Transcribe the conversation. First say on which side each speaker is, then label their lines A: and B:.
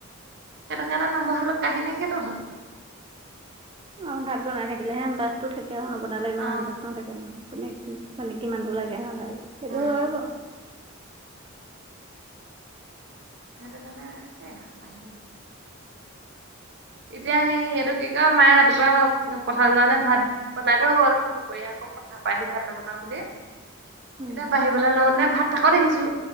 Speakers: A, on the right; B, on the right.
A: সেইটো কাৰণে নবহালো কাহিনী সেইটো হ'ল।
B: অ', ভাত বনাই থাকিলেহে আন্তাজটো থাকে আৰু নবনালে ইমান
A: অ
B: আন্তাজ নাথাকে নহয় কোনে কি মানে কিমানতটো লাগে নালাগে, সেইটো
A: উম
B: হয় বাৰু।
A: সেইটো কাৰণে সেয়া কাহিনী। এতিয়া হেই এইটো কি কয় মায়ে ৰাতিপুৱা পথাৰলৈ যাওনে ভাত বনাই থৈ গল দুপৰীয়া। আকৌ পথাৰপা আহি ভাত নবনাওঁ বুলি।
B: উম
A: এতিয়া বাহিবলে লওঁতেনে ভাত তাক দেখিছোঁ,